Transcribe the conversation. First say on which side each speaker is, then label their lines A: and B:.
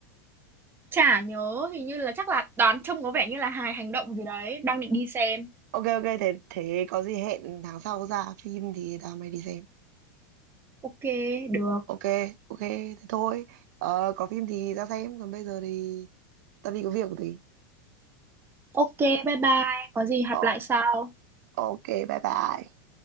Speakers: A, on the right; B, on the right.
A: chả nhớ hình như là chắc là đoán trông có vẻ như là hài hành động gì đấy đang định đi xem
B: ok ok thế thế có gì hẹn tháng sau ra phim thì tao mày đi xem
A: ok được
B: ok ok thế thôi ờ, có phim thì ra xem còn bây giờ thì tao đi có việc một tí
A: ok bye bye có gì gặp
B: Ờ,
A: lại sau
B: ok bye bye